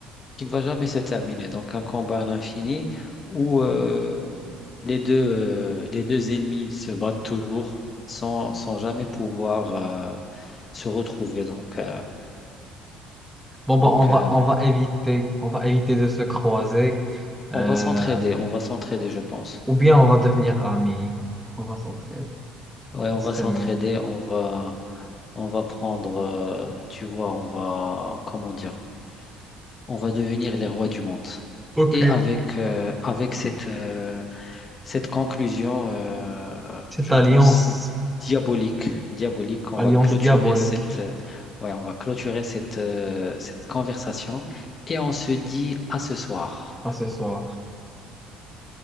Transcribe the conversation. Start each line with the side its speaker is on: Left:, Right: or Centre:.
Left: qui ne va jamais se terminer. Donc un combat à l'infini où euh, les deux, euh, les deux ennemis se battent toujours sans, sans jamais pouvoir euh, se retrouver. Donc, euh,
Centre: Bon, bah,
Left: donc
Centre: on va,
Left: euh,
Centre: on va éviter, on va éviter de se croiser. euh,
Left: on va s'entraider, on va s'entraider, je pense.
Centre: ou bien on va devenir amis. On va s'entraider.
Left: Ouais, on
Centre: Ce serait
Left: va s'entraider,
Centre: mieux.
Left: on va, on va prendre, euh, tu vois, on va, comment dire, on va devenir les rois du monde.
Centre: Ok.
Left: Et avec, euh, avec cette, euh, Cette conclusion, euh,
Centre: Cette
Left: je
Centre: alliance,
Left: pense, diabolique, diabolique, on
Centre: alliance
Left: va clôturer
Centre: diabolique.
Left: cette, euh, ouais, on va clôturer cette, euh, cette conversation et on se dit à ce soir.
Centre: Ah, ce soir,